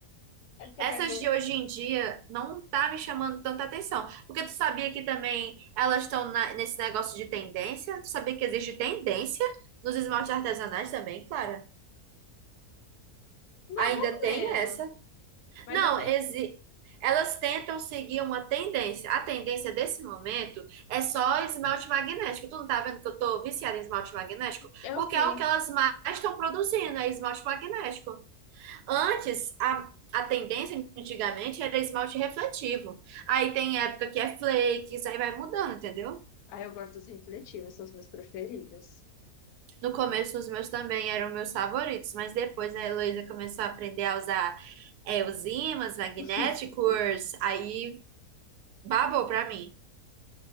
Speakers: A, on the left (about 85°); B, on the right (about 85°).
A: É porque
B: Essas
A: vai ver
B: de hoje em dia não tá me chamando tanta atenção. Porque tu sabia que também elas estão na- nesse negócio de tendência? Tu sabia que existe tendência nos esmaltes artesanais também, Clara?
A: mais
B: Ainda
A: ou
B: tem
A: menos,
B: essa.
A: mas
B: Não,
A: eu, tenho...
B: exi- elas tentam seguir uma tendência. A tendência desse momento é só esmalte magnético. Tu não tá vendo que eu tô viciada em esmalte magnético?
A: eu
B: Porque
A: vi.
B: é o que elas mais estão produzindo, é esmalte magnético. Antes, a, a tendência antigamente era esmalte refletivo. Aí tem época que é flakes, aí vai mudando, entendeu?
A: Aí eu gosto dos refletivos, são os meus preferidos.
B: No começo, os meus também eram meus favoritos, mas depois a Heloísa começou a aprender a usar é, os ímãs magnéticos,
A: <laughs>
B: aí babou pra mim.